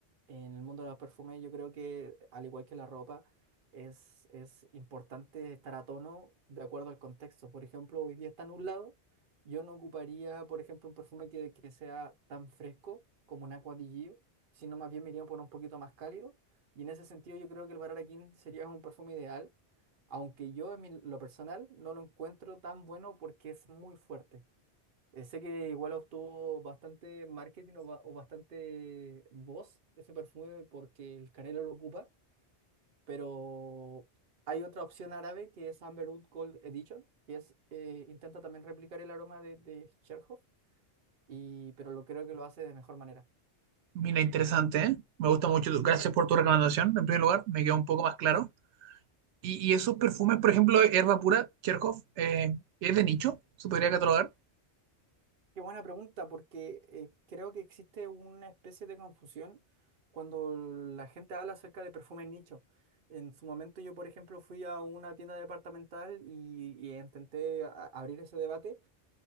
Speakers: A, on the right; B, on the right.
A: En el mundo de los perfumes yo creo que, al igual que la ropa, es, es importante estar a tono de acuerdo al contexto. Por ejemplo, hoy día está nublado yo no ocuparía, por ejemplo, un perfume que, que sea tan fresco como un Acqua di Gio, sino más bien me iría por un poquito más cálido. Y en ese sentido yo creo que el Bararaquín sería un perfume ideal, aunque yo en mi- lo personal no lo encuentro tan bueno porque es muy fuerte. Eh, sé que igual obtuvo bastante marketing o, ba- o bastante voz ese perfume porque el Canelo lo ocupa pero hay otra opción árabe que es Amberwood Gold Edition, que es, eh, intenta también replicar el aroma de, de Cherhoff, y, pero lo creo que lo hace de mejor manera.
B: Mira, interesante, ¿eh? Me gusta mucho. tu- Gracias por tu recomendación. En primer lugar, me queda un poco más claro. Y, y esos perfumes, por ejemplo, Herba Pura, Cherkov, eh, ¿es de nicho? ¿Se podría catalogar?
A: Qué buena pregunta, porque eh, creo que existe una especie de confusión cuando la gente habla acerca de perfumes nicho. En su momento yo, por ejemplo, fui a una tienda departamental y, y intenté a- abrir ese debate